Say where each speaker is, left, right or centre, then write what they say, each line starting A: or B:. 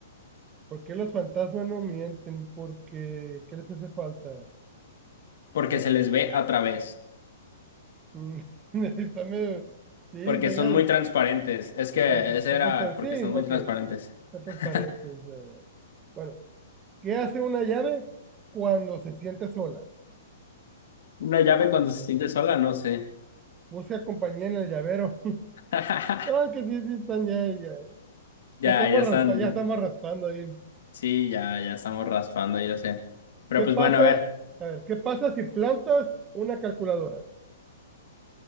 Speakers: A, on the right; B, on the left.
A: ¿Por qué los fantasmas no mienten? Porque, ¿qué les hace falta?
B: Porque
A: A ver,
B: se les ve a través.
A: <laughs> mm, está Sí,
B: Porque
A: está
B: son
A: ya-
B: muy transparentes. Es que
A: Perfecto.
B: ese era
A: Entonces, para,
B: porque
A: sí,
B: son
A: ok.
B: muy transparentes.
A: Entonces,
B: <laughs>
A: para esto es, eh, bueno, ¿qué hace una llave cuando se siente sola?
B: Una llave cuando se siente sola, no sé.
A: Busca compañía en el llavero. <laughs>
B: <laughs>
A: No, que sí, sí, están ya, ya,
B: Ya,
A: ya estamos
B: ya están.
A: raspa, ya estamos raspando ahí.
B: Sí, ya, ya estamos raspando, ya sé. Pero
A: ¿Qué
B: pues
A: pasa?
B: bueno, a ver.
A: A ver, ¿qué pasa si plantas una calculadora?